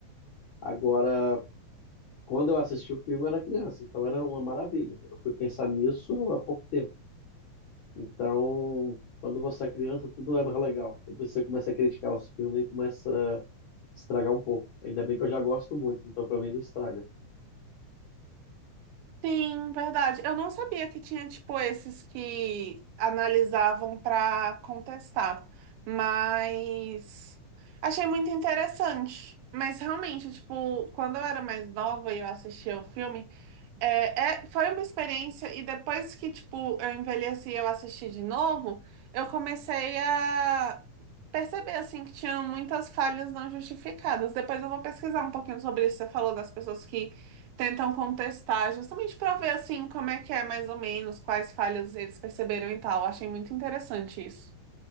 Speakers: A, on the left; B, on the right.
A: Agora, quando eu assisti o filme, eu era criança, então era uma maravilha. Eu fui pensar nisso há pouco tempo. Então, quando você é criança, tudo é mais legal. Depois você começa a criticar os filmes e começa a estragar um pouco. Ainda bem que eu já gosto muito, então para mim não estraga.
B: Sim, verdade. Eu não sabia que tinha, tipo, esses que analisavam para contestar, mas achei muito interessante. Mas realmente, tipo, quando eu era mais nova e eu assistia o filme, é, é- foi uma experiência, e depois que, tipo, eu envelheci e eu assisti de novo, eu comecei a perceber, assim, que tinha muitas falhas não justificadas. Depois eu vou pesquisar um pouquinho sobre isso. Você falou das pessoas que tentam contestar, justamente para ver, assim, como é que é mais ou menos, quais falhas eles perceberam e tal. Achei muito interessante isso.